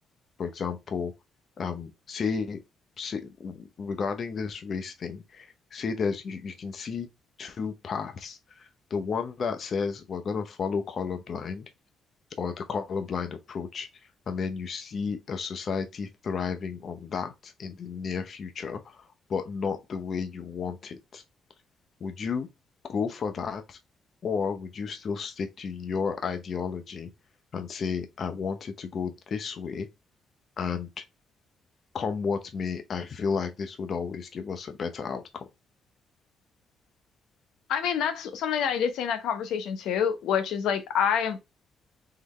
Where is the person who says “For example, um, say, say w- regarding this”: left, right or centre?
Left